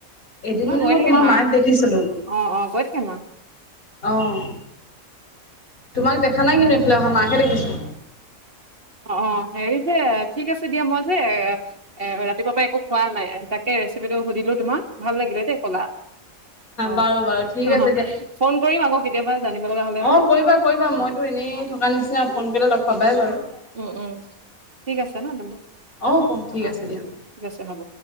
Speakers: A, on the left; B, on the right.
A: এদিন
B: আমাৰ
A: মানে
B: গৈ
A: মই
B: থাকে
A: তোমাৰ
B: মাহ
A: মাক দেখিছিলো
B: অ অ গৈ থাকে মা
A: আহ তোমাক দেখা নাই কিন্তু এইফালে অহা মাকহে দেখিছো
B: অ অ হেৰি যে ঠিক আছে দিয়া মই যে এ ৰাতিপুৱা পৰা একো খোৱা নাই তাকে ৰেচিপিটো সুধিলো তোমাক ভাল লাগিলে দেই কলা অ অ
A: বাৰু বাৰু ঠিক আছে দিয়া।
B: ফোন কৰিম আকৌ কেতিয়াবা জানিব লগা হ'লে মানে
A: অ কৰিবা কৰিবা মইতো
B: অ
A: এনেই থকা নিচিনা ফোন কৰিলে লগ পাবাই বাৰু
B: উম উম ঠিক আছে ন তেনেহলে
A: অ ক ঠিক
B: অ'
A: আছে দিয়া
B: ঠিক আছে হব